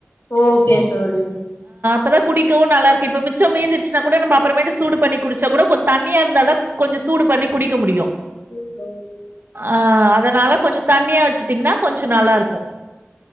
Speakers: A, on the left (about 60°); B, on the right (about 50°).
A: ஓகே தோழி
B: பதா‌ குடிக்கவு நல்லாருக்கு இப்ப மிச்சம் மீந்துருச்சுனா கூட நம்ப அப்பறமேட்டு சூடு பண்ணி குடுச்சா கூட கொஞ் தண்ணியா இருந்தாதா கொஞ்ச சூடு பண்ணி குடிக்க முடியு
A: ம்ஹும்
B: ஆ அதனால கொஞ்ச தண்ணியா வச்சுட்டீங்னா கொஞ்ச நல்லாருக்கு